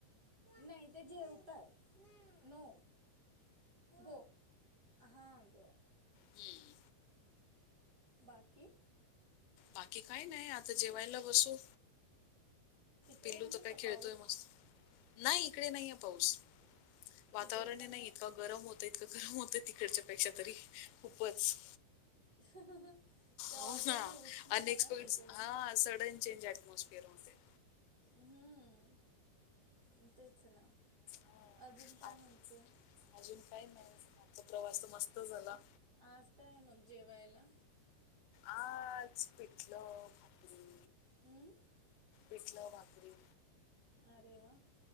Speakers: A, on the right; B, on the left.
A: नाही ते जेवताय नो. गो, हा आगं
B: हुं.
A: बाकी.
B: बाकी काही नाही आता जेवायला बसू.
A: तिकडे
B: पिल्लू
A: आहे
B: तर काय
A: का
B: खेळतोय
A: पाऊस
B: मस्त नाही इकडे नाहीये पाऊस. वातावरण
A: इकडे पण
B: हे नाही इतकां गरम होतं इतकं गरम होतं तिकडच्या पेक्षा तरी खूपच.
A: <unintelligible> ऑलरेडी
B: हो हा
A: उष्ण
B: अनएक्सपेक्ट
A: आहे ना तिकडे
B: हा सडन चेंज अऍटमॉस्फियर होते.
A: हम् तेच ना
B: हो
A: अजून काय
B: आ-
A: म्हणते?
B: अजून काय नाही आचा प्रवास तर मस्त झाला.
A: आज काय मग जेवायला?
B: आज पिठलं भाकरी.
A: हं?
B: पिठलं भाकरी.
A: अरे वा.